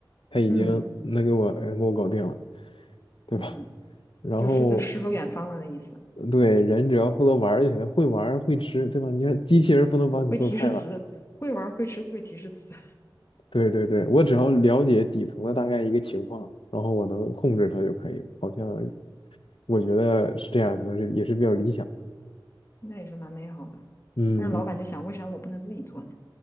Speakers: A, on the left (about 85°); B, on the left (about 30°).
A: 他已经能给我能给我搞定了，
B: 嗯
A: 对吧？
B: 嗯，
A: 然后
B: 就负责诗和远方了的意思，
A: 对人只要负责玩儿就行了，会玩儿会吃，对吧？你看机器人不能帮你做菜吧？
B: 会提示词，会玩儿会吃会提示词，
A: 对对对，我只要了解底层的大概一个情况，然后我能控制它就可以了。好像我觉得是这样，可能是也是比较理想。
B: <laughs> 那也是蛮美好的。
A: 嗯嗯，
B: 但是老板就想，为啥我不能自己做呢？